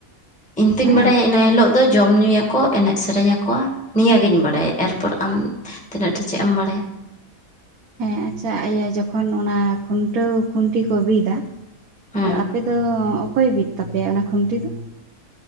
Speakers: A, in the centre; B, on the right.
A: ᱤᱧ ᱛᱩᱧ
B: ᱚᱱᱟ
A: ᱵᱟᱰᱟᱭᱟ ᱤᱱᱟᱹ ᱦᱤᱞᱳᱜ ᱫᱚ ᱡᱚᱢ ᱧᱩᱭᱟᱠᱚ ᱮᱱᱮᱡ ᱥᱮᱹᱨᱮᱹᱧ ᱟᱠᱣᱟ ᱱᱤᱭᱟᱹ ᱜᱤᱧ ᱵᱟᱲᱟᱭᱟ ᱮᱨᱯᱚᱨ ᱟᱢ ᱛᱤᱱᱟᱹᱜ ᱴᱟᱜ ᱪᱮᱜ ᱮᱢ ᱵᱟᱲᱟᱭᱟ?
B: ᱦᱮᱸ ᱟᱪᱪᱷᱟ ᱤᱭᱟᱹ ᱡᱚᱠᱷᱚᱱ ᱚᱱᱟ ᱠᱷᱩᱱᱴᱟᱹᱣ ᱠᱷᱩᱱᱴᱤ ᱠᱚ ᱵᱤᱫᱟ᱾
A: ᱦᱮᱸ
B: ᱟᱨ ᱟᱯᱮ ᱫᱚ ᱚᱠᱚᱭ ᱵᱤᱫ ᱛᱟᱯᱮᱭᱟ ᱚᱱᱟ ᱠᱷᱩᱱᱴᱤ ᱫᱚ᱾